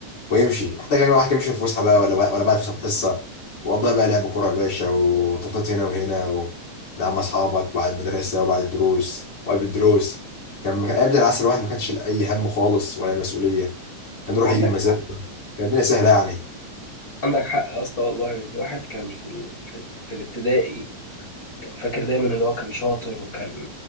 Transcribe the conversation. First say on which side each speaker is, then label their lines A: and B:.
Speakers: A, on the left (about 20°); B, on the left (about 35°).
A: ويمشي حتى كان الواحد كان بيمشي في فسحه بقى ولا ولا بعد فسحه بحصه وقضاها بقى لعب كوره يا باشا وتنطيط هنا وهنا و... لا مع اصحابك بعد المدرسه وبعد الدروس وقبل الدروس كان كان ايام زي العسل الواحد ما كانش له اي هم خالص ولا مسؤوليه كان يروح
B: عندك
A: يجيب مزاجه
B: حق
A: كانت الدنيا سهله يعني
B: عندك حق يا اسطى والله الواحد كان في ال... في, ال... في الابتدائي كان فاكر دايما ان هو كان شاطر وكان ما